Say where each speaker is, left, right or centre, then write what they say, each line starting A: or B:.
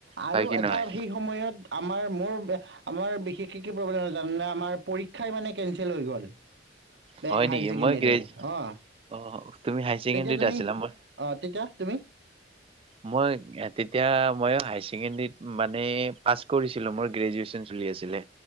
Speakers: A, on the right; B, on the right.
A: আৰু
B: হয় কি
A: এটা
B: নহয়
A: সেই সময়ত আমাৰ মোৰ আমাৰ বিশেষকে কি প্ৰব্লেম জানা নে? আমাৰ পৰীক্ষাই মানে কেঞ্চেল হৈ গ'ল।
B: হয়
A: এই
B: নেকি
A: হাই ছেকেণ্ডাৰীৰ,
B: মই গ্ৰেজ
A: অঁ।
B: অ তুমি হাই ছেকেণ্ডৰীত
A: তেতিয়া তুমি,
B: আছিলা মই
A: অ তেতিয়া তুমি
B: মই তে এতিয়া ময়ো হায়াৰ ছেকেণ্ডৰীত মানে পাছ কৰিছিলো, মোৰ গ্ৰেজুৱেচন চলি আছিলে।